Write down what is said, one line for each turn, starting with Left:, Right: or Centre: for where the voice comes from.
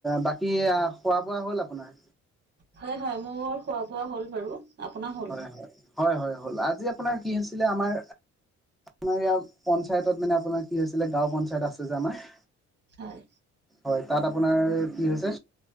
Centre: বাকী খোৱা বোৱা হ'ল আপোনাৰ?
Right: হয় হয় মোৰ খোৱা বোৱা হ'ল বাৰু। আপোনাৰ হ'ল
Centre: হয় হয় হয় হয় হ'ল। আজি আপোনাৰ কি হৈছিলে আমাৰ আমাৰ ইয়াৰ পঞ্চায়তত মানে আপোনাৰ কি হৈছিলে গাঁও পঞ্চায়ত আছে যে আমাৰ
Right: হয়
Centre: হয় তাত আপোনাৰ কি হৈছে